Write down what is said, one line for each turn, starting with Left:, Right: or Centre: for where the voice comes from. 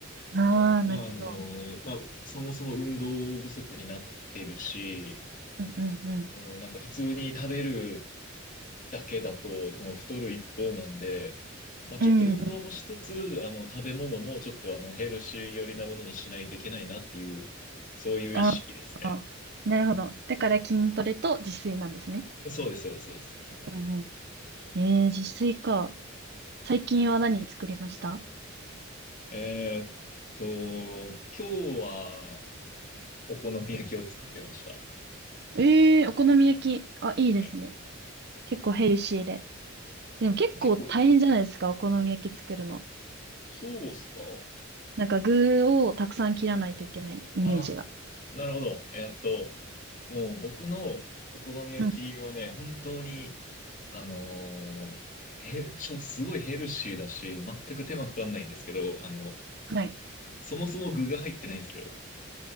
Right: ん。<laughs> ああ、
Left: はい、
Right: なるほど。
Left: まあ、あのその、まあ、そもそも運動不足になってるし、
Right: うんうんうん。
Left: うん、なんか普通に食べるだけだともう太る一方なんで、まあちょっと運動もしつつ、
Right: うん。
Left: あの食べ物もちょっとあのヘルシー寄りなものにしないといけないなっていう、そういう意識ですね。
Right: ああ、なるほど。だから筋トレと自炊なんですね。
Left: そうです、そうです、そうです。
Right: うんうん。えー、自炊か。最近は何作りました
Left: えーっと、今日はお好み焼きを作ってました。
Right: えー、お好み焼き。あ、いいですね。
Left: はい。
Right: 結構ヘルシーで。でも結構大変じゃないですか、
Left: 結構、
Right: お好み焼き作るの。
Left: そうっすか
Right: なんか具をたくさん切らないといけないイメージが。
Left: あ、なるほど。えーっと、もう僕のお好み焼きはね、
Right: うん。
Left: 本当に、あのーへ、ちょ、すごいヘルシーだし、全く手間かかんないんですけど、あの、
Right: はい。
Left: そもそも具が入ってないんですよ。